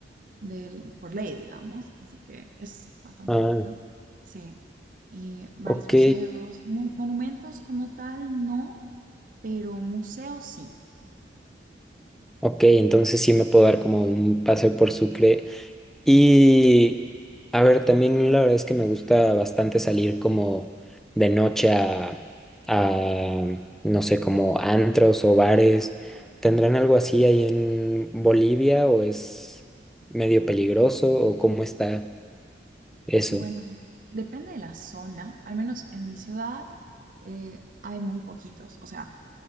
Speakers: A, on the right; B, in the centre.
A: del- por ley, digamos. Así que es bastante
B: Ah,
A: lindo. Sí. Y varios
B: ok,
A: museos, mon- monumentos como tal, no, pero museos sí.
B: ok, entonces sí me puedo dar como un paseo por Sucre Y a ver, también la verdad es que me gusta bastante salir como de noche a, a, no sé, como antros o bares. ¿Tendrán algo así ahí en Bolivia o es medio peligroso o cómo está eso?
A: Bueno, Depende de la zona, al menos en mi ciudad eh, hay muy poquitos. O sea,